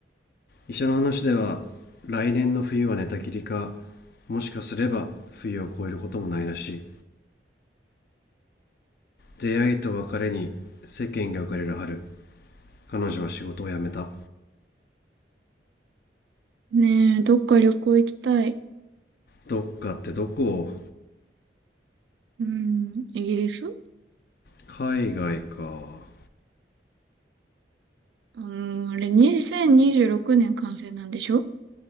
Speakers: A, on the left; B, on the right.
A: 医者の話では来年の冬は寝たきりかもしかすれば冬を越えることもないらしい出会いと別れに世間が浮かれる春彼女は仕事を辞めた
B: ねえ、どっか旅行行きたい。
A: どっかってどこ
B: うん、イギリス
A: 海外か
B: あのあれ、2026年完成なんでしょ